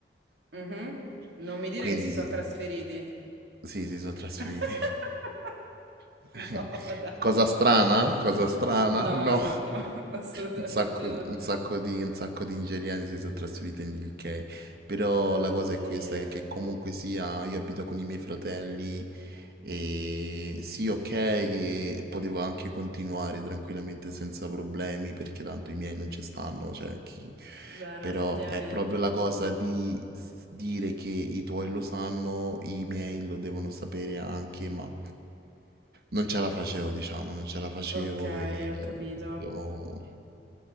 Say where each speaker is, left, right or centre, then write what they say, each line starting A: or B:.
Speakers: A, on the right; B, on the right.
A: Mhm. Non
B: <laughs>
A: mi dire
B: Quindi
A: che si sono trasferiti.
B: sì, si sono trasferiti.
A: <laughs>
B: <laughs>
A: No, dai.
B: Cosa strana? Cosa strana?
A: No,
B: No.
A: no, no, <laughs> assolutamente
B: Un sacco, un
A: no.
B: sacco di, un sacco di nigeriani si sono trasferiti in UK. Però
A: Oddio.
B: la cosa è questa, è che comunque sia, io abito con i miei fratelli e sì, ok, che potevo anche continuare tranquillamente senza problemi perché tanto i miei non ci stanno, cioè chi...
A: Bene,
B: Però
A: effettivamente.
B: è proprio la cosa di s- dire che i tuoi lo sanno, i miei lo devono sapere anche, ma... Non ce la facevo diciamo, non ce la facevo
A: Ok,
B: e
A: ho capito.
B: abbiamo